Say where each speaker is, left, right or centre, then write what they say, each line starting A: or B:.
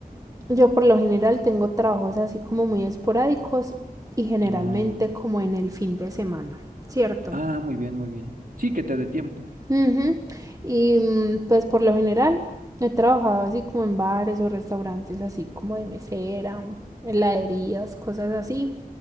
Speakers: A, on the right; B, on the right.
A: Yo por lo general tengo trabajos así como muy esporádicos y generalmente
B: Ah, muy bien.
A: como en el fin de semana, ¿cierto?
B: Ah, muy bien, muy bien. Sí, que te dé tiempo.
A: Ujú. Y mm, pues por lo general he trabajado así como en bares o restaurantes así como de mesera, heladerías, cosas así,